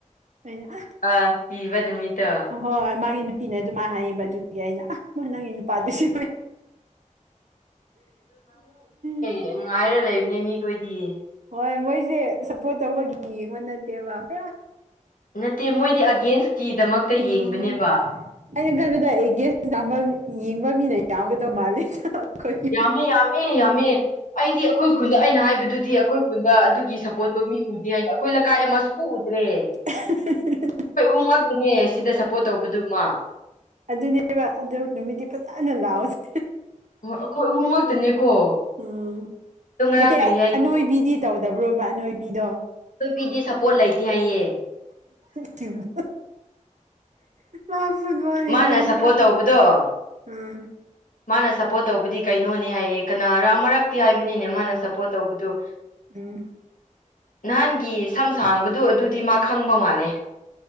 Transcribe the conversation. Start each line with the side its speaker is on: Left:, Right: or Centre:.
Right: ꯑꯩꯅ ꯑ
Left: ꯑꯥ ꯀꯤꯕ ꯅꯨꯃꯤꯠꯇꯣ꯫
Right: ꯍꯣꯏ ꯍꯣꯏ ꯃꯥꯒꯤ ꯅꯨꯄꯤꯅ ꯑꯗꯨꯃꯥꯏꯅ ꯍꯥꯏꯌꯦꯕ ꯑꯗꯨꯗꯤ ꯑꯩꯅ ꯅꯪꯒꯤ ꯅꯨꯄꯥꯗꯨꯁꯨ, <unintelligible>
Left: ꯅꯨꯡꯉꯥꯏꯔ ꯂꯩꯕꯅꯤ ꯃꯤꯈꯣꯏꯗꯤ꯫
Right: ꯍꯣꯏ ꯃꯣꯏꯁꯦ ꯁꯞꯄꯣꯔꯠ ꯇꯧꯕꯒꯤ ꯌꯦꯡꯕ ꯅꯠꯇꯦꯕ ꯄꯨꯔꯥ꯫
Left: ꯅꯠꯇꯦ ꯃꯣꯏꯗꯤ ꯑꯒꯦꯟꯁꯀꯤ ꯗꯃꯛꯇ
Right: ꯎꯝ
Left: ꯌꯦꯡꯕꯅꯦꯕ꯫
Right: ꯑꯩꯅ ꯈꯟꯕꯗ ꯑꯒꯦꯟꯁ ꯌꯥꯝꯕ ꯌꯦꯡꯕ ꯃꯤꯅ ꯌꯥꯝꯒꯗꯧ ꯃꯥꯜꯂꯦꯗ ꯑꯩꯈꯣꯏ꯫
Left: ꯌꯥꯝꯃꯤ ꯌꯥꯝꯃꯤ ꯌꯥꯝꯃꯤ꯫ ꯑꯩꯗꯤ ꯑꯩꯈꯣꯏ ꯈꯨꯟꯗ ꯑꯩꯅ ꯍꯥꯏꯕꯗꯨꯗꯤ ꯑꯩꯈꯣꯏ ꯈꯨꯟꯗ ꯑꯗꯨꯒꯤ ꯁꯞꯄꯣꯔꯠꯇꯣ ꯃꯤ ꯎꯗꯦ ꯍꯥꯏꯅ ꯑꯩꯈꯣꯏ ꯂꯩꯀꯥꯏ ꯑꯃꯁꯨ ꯀꯎꯗ꯭ꯔꯦ <unintelligible>
Right: ꯑꯍꯤ ꯍꯥ ꯍꯥ <unintelligible>
Left: ꯈꯣꯏ ꯑꯍꯨꯝ ꯉꯛꯇꯥꯅꯦ ꯁꯤꯗ ꯁꯞꯄꯣꯔꯠ ꯇꯧꯕꯗꯨꯃ꯫
Right: ꯑꯗꯨꯅꯦꯕ ꯑꯗꯨ ꯅꯨꯃꯤꯠꯇꯤ ꯐꯖꯅ ꯂꯥꯎꯁꯦ꯫
Left: ꯍꯣꯏ ꯑꯩꯈꯣꯏ ꯑꯍꯨꯝ ꯉꯛꯇꯅꯦꯀꯣ
Right: ꯎꯝ
Left: ꯑꯗꯣ ꯉꯔꯥꯡ
Right: ꯅꯠꯇꯦ
Left: ꯀꯔꯤ ꯍꯥꯏꯒꯦ
Right: ꯑꯅꯣꯏꯕꯤꯗꯤ ꯇꯧꯗꯕ꯭ꯔꯣꯕ ꯑꯅꯣꯏꯕꯤꯗꯣ꯫
Left: ꯑꯅꯣꯏꯕꯤꯗꯤ ꯁꯞꯄꯣꯔꯠ ꯂꯩꯇꯦ ꯍꯥꯏꯌꯦ꯫
Right: ꯆꯁꯤ <unintelligible> ꯑ ꯐꯨꯠꯕꯜꯃꯗꯤꯅ
Left: ꯃꯥꯅ ꯁꯞꯄꯣꯔꯠ ꯇꯧꯕꯗꯣ
Right: ꯎꯝ <unintelligible>
Left: ꯃꯥꯅ ꯁꯞꯄꯣꯔꯠ ꯇꯧꯕꯗꯤ ꯀꯩꯅꯣꯅꯦ ꯍꯥꯏꯌꯦ ꯀꯅꯥꯔꯥ ꯑꯃꯔꯛꯇꯤ ꯍꯥꯏꯕꯅꯤꯅꯦ ꯃꯥꯅ ꯁꯞꯄꯣꯔꯠ ꯇꯧꯕꯗꯨ꯫
Right: ꯎꯝ
Left: ꯅꯍꯥꯟꯒꯤ ꯁꯝ ꯁꯥꯡꯕꯗꯨ ꯑꯗꯨꯗꯤ ꯃꯥ ꯈꯪꯕ ꯃꯥꯜꯂꯦ꯫